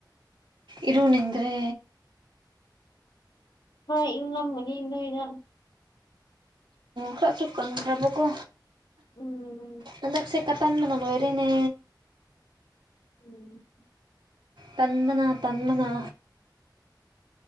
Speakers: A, on the right; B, on the left.
A: ꯏꯔꯨꯅꯤꯡꯗ꯭ꯔꯦ
B: ꯍꯣꯏ ꯏꯪ ꯉꯝꯃꯅꯤ ꯅꯣꯢꯅ
A: ꯈꯔꯁꯨ ꯀꯟꯈ꯭ꯔꯕꯀꯣ
B: ꯎꯝ
A: ꯍꯟꯗꯛꯁꯦ ꯀꯇꯟꯕꯅ ꯂꯣꯏꯔꯦꯅꯦ
B: <inaudible>
A: ꯇꯟꯕꯅ ꯇꯟꯕꯅ